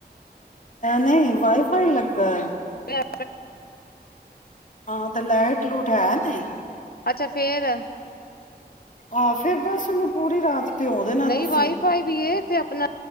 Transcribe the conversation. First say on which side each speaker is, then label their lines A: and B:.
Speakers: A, on the left; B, on the left.
A: ਨਹੀਂ ਵਾਈਫਾਈ ਲੱਗਾ ਹੈ
B: ਚ
A: ਹਾਂ ਤੇ ਲਾਈਟ ਲੂਟ ਹੈ ਨਹੀਂ
B: ਅੱਛਾ ਫੇਰ
A: ਆਹ ਫੇਿਰ ਬਸ ਉਹਨੂੰ ਪੂਰੀ ਰਾਤ ਭਿਉਂਦੇ ਨਾ
B: ਨਹੀਂ
A: ਤੁਸੀਂ
B: ਵਾਈਫਾਈ ਵੀ ਏ ਤੇ ਆਪਣਾ